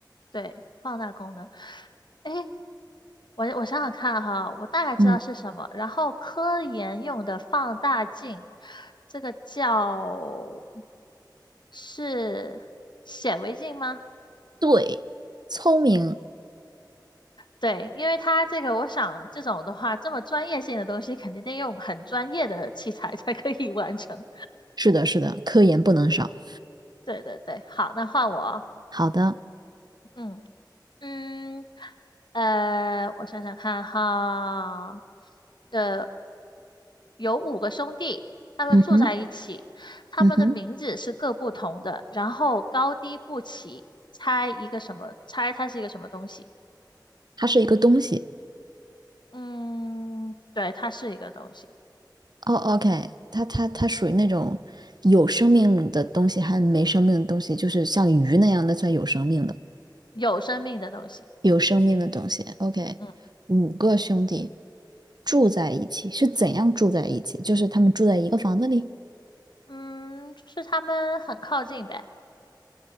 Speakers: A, on the left (about 75°); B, on the right (about 65°).
A: 对，放大功能。诶，我我想想看哈，我大概知道是什么。
B: 嗯，
A: 然后科研用的放大镜，这个叫是显微镜吗？
B: 对，聪明，
A: 对，因为它这个，我想这种的话，这么专业性的东西，肯定得用很专业的器材才可以完成。
B: 是的，是的，科研不能少。
A: <laughs> 对对对，好，那换我哦
B: 好的，
A: 嗯。嗯，呃，我想想看哈，呃，有五个兄弟，他们住在一起，
B: 嗯哼，
A: 他们的名字是各不同的，
B: 嗯哼，
A: 然后高低不齐，猜一个什么？猜它是一个什么东西？
B: 它是一个东西。
A: 嗯，对，它是一个东西，
B: 哦，OK，它它它属于那种有生命的东西，还没生命的东西，就是像鱼那样的算有生命的，
A: 有生命的东西。
B: 有生命的东西。OK，
A: 嗯
B: 五个兄弟住在一起，是怎样住在一起？就是他们住在一个房子里，
A: 嗯，就是他们很靠近呗。